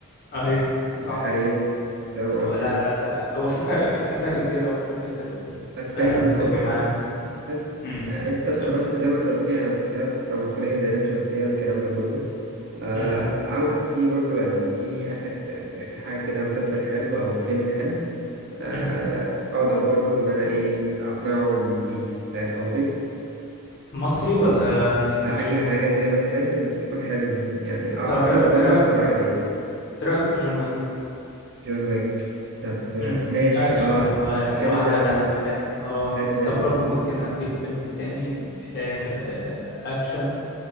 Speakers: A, on the left; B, on the right.
A: ايوه
B: متخيل
A: صح
B: فاهم
A: لا
B: قصدي
A: لا لا هو في فرق في, في فرق كبير قوي في الحتة دي
B: بس فاهم
A: فعلا
B: النقطة
A: متفق معاك
B: بس
A: امم
B: آه، انت اتفرجت
A: أب-
B: زي ما انت قلت لي على مسلسلات مصرية زي لام شمسية والكلام ده كله آه
A: امم
B: عاوزك دي برضو يعني دي آخر يعني آخر حاجة كده مسلسل حلو أو فيلم حلو آه
A: أمم.
B: أقدر برضو إن أنا إيه أقنعهم بيه فاهم قصدي؟
A: مصري ولا انجليش
B: آه أي حاجة زي ما تحب بس يكون حلو بال- يعني أ- أقدر
A: طب ايه
B: برضو
A: إيه رأيك
B: أنا أتفرج عليه
A: ايه رأيك في جون ويك
B: جون ويك طب
A: امم
B: آه، ماشي
A: اكشن
B: أه
A: و-
B: حلو
A: وقعدة
B: ده أوي
A: هتبقى حلو اه
B: حلو ده
A: طب
B: أوي
A: برضو ممكن اديك فيلم تاني آه، اكشن